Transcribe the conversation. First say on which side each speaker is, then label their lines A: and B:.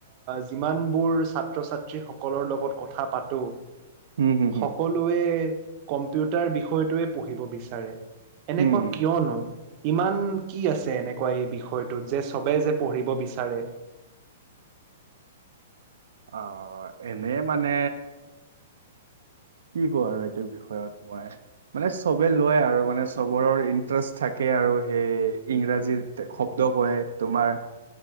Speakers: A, on the right (about 40°); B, on the right (about 80°).
A: যিমানবোৰ ছাত্ৰ ছাত্ৰী সকলৰ লগত কথা পাতো। <inaudible>
B: হম হম হম
A: সকলোৱে কম্পিউটাৰ বিষয়টোৱে পঢ়িব বিচাৰে এনেকুৱা
B: হম
A: কিয়নো ইমান কি আছে এনেকুৱা এই বিষয়টোত যে ছবে যে পঢ়িব বিচাৰে।
B: অ', এনেই মানে কি কওঁ আৰু এইটো বিষয়ত মই। মানে চবে লয় আৰু মানে চবৰৰ ইণ্টাৰেষ্ট থাকে আৰু সেই ইংৰাজীৰ শব্দ কয় তোমাৰ